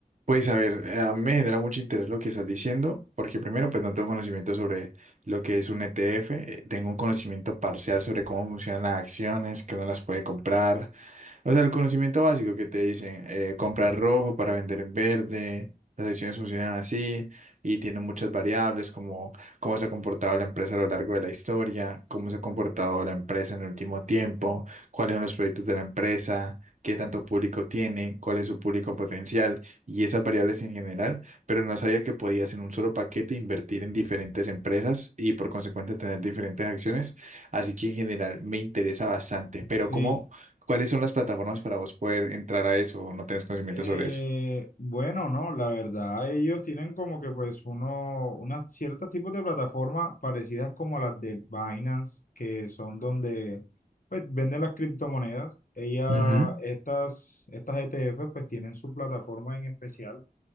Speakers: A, on the right (about 50°); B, on the left (about 60°).
A: Pues a ver, a mí me genera mucho interés lo que estás diciendo, porque primero, pues no tengo conocimiento sobre lo que es un ETF, eh, tengo un conocimiento parcial sobre cómo funcionan las acciones, que uno las puede comprar, o sea, el conocimiento básico que te dicen, eh, comprar rojo para vender en verde, las acciones funcionan así y tienen muchas variables, como cómo se ha comportado la empresa a lo largo de la historia, cómo se ha comportado la empresa en el último tiempo, cuáles son los proyectos de la empresa. qué tanto público tiene, cuál es su público potencial y esas variables en general, pero no sabía que podías en un solo paquete invertir en diferentes empresas y por consecuente tener diferentes acciones. Así que en general me interesa bastante, pero
B: Sí,
A: ¿cómo, cuáles son las plataformas para vos poder entrar a eso o no tenés conocimiento
B: eh,
A: sobre eso?
B: bueno, no, la verdad, ellos tienen como que pues uno, unas ciertos tipos de plataformas parecidas como a las de Binance, que son donde pues venden las criptomonedas. Ella,
A: Ujú,
B: estas, estas ETF pues tienen su plataforma en especial